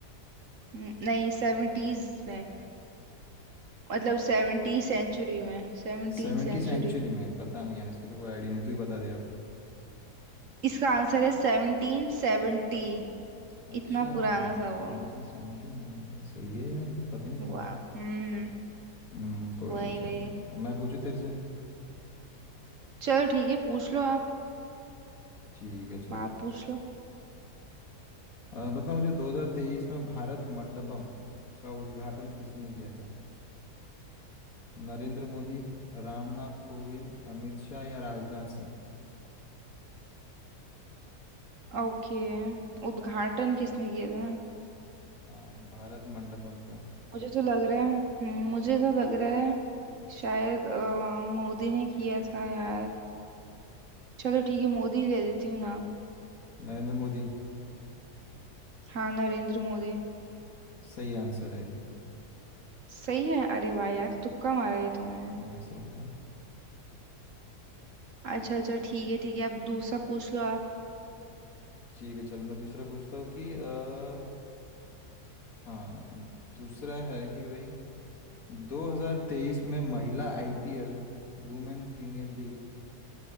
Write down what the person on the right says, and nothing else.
न- नहीं सेवेंटीज में मतलब सेवनटी सेंचुरी में सेवनटीन
सेंचुरी
इसका आंसर है सेवनटीन सेवेंटी
इतना पुराना था
वो
वाह
हम्म
वही
वही
चलो ठीक है पूछ लो आप
आप पूछ लो
ओके उद्घाटन किसने किया था
मुझे तो लग रहा है हम्म, मुझे तो लग रहा है शायद अ, मोदी ने किया था यार चलो ठीक है मोदी ले लेती हूँ नाम
हाँ नरेंद्र मोदी
सही है अरे वाह यार तुक्का मारा है तो मैंने
अच्छा अच्छा ठीक है ठीक है अब दूसरा पूछ लो आप